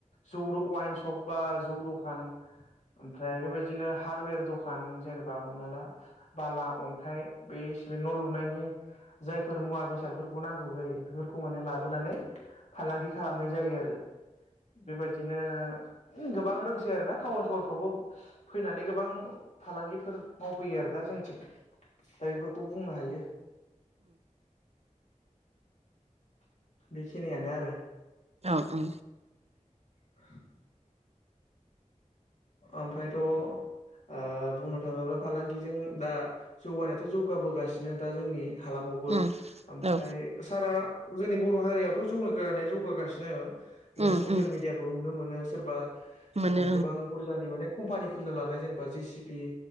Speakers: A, on the left (about 60°); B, on the right (about 55°).
A: जौद वाइन स सप बा जौ दखान ओमफ्राय बेबायदिनो हार्दवेर दखान एबा हमना ला बाला अन्थाइ बेसेबे सिमिद न' लुनायनि जायफोर मुवा बेसादफोरखौ नांगौ जायो बेफोरखौ माने लाबोनानै फालांगि खालामनाय जायो आरो बेबायदिनो गोबां रोंसै आरोना टाउन सहर बावबो फैनानै गोबां फालांगिफोर मावफैयो आरो दा जोंनिथिं दा बेफोरखौ बुंनो हायो बेखिनियानो आरो
B: औ औ
A: <unintelligible> ओमफ्रायथ' आ बुंनो थाङोब्ला फालांगिजों दा जौगानायाथ' जौगाबोगासिनो दा जोंनि हालामावबो
B: उम
A: ओमफ्राय
B: औ
A: सारआ जोंनि बर' हारियावथ' जौगगानाया जौगागासिनो जों
B: उम
A: ससियेल
B: उम
A: मिडियाफ्राव नुनो मोनो सोरबा
B: मोनो
A: गोबां बुरजानि माने कम्पानि खुलिनो लानाय जेनेबा जे सि बि